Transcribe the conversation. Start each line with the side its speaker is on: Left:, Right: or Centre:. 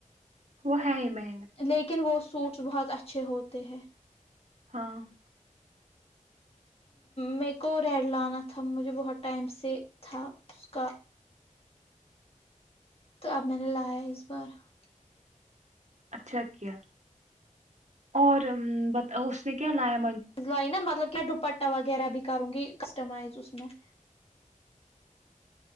Right: وہ ہے ہی میں <unintelligible>
Left: لیکن وہ سوٹس بہت اچھے ہوتے ہیں
Right: ہاں <unintelligible>
Left: م کو ریڈ لانا تھا مجھے بہت ٹائم سے تھا اس کا تو اب میں نے لایا اس بار <unintelligible>
Right: اچھا کیا اور اس نے کیا لایا <unintelligible>
Left: اس ل ن مطلب کیا ڈپ <unintelligible> پٹا وغیرہ بھی کروں گی کسٹمائز اس میں <unintelligible>